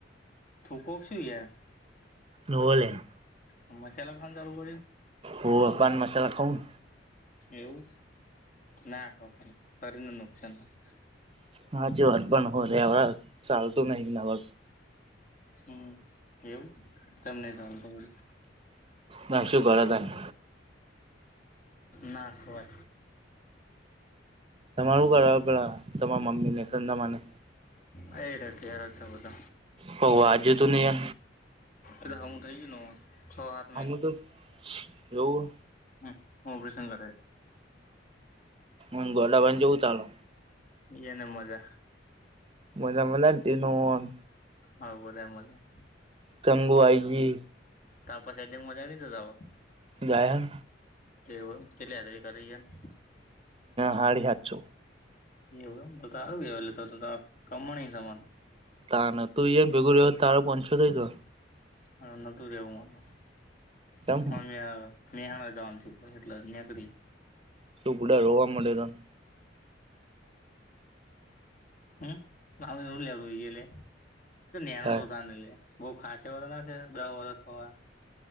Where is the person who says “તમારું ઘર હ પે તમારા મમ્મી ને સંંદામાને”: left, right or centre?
Right